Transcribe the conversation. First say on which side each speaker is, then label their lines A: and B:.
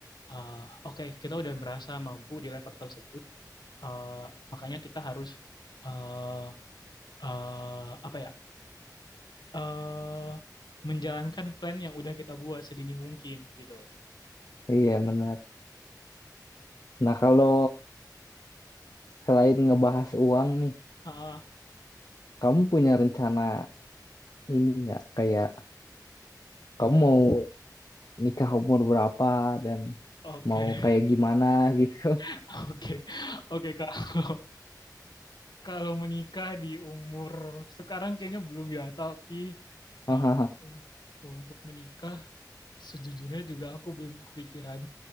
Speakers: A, on the left (about 75°); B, on the left (about 60°).
A: eh, oke, kita udah merasa mampu di level tersebut. Eh, makanya kita harus eh eh, apa ya? eh menjalankan plan yang udah kita buat sedini mungkin gitu.
B: iya benar. Nah kalau selain ngebahas uang nih,
A: Heeh.
B: kamu punya rencana ini nggak? Kayak kamu mau nikah umur berapa dan
A: Oke,
B: mau kayak gimana gitu.
A: <laughs> oke, oke. Kalau kalau menikah di umur sekarang kayaknya belum ya, tapi
B: <laughs> Hahaha.
A: eh, untuk menikah sejujurnya juga aku belum kepikiran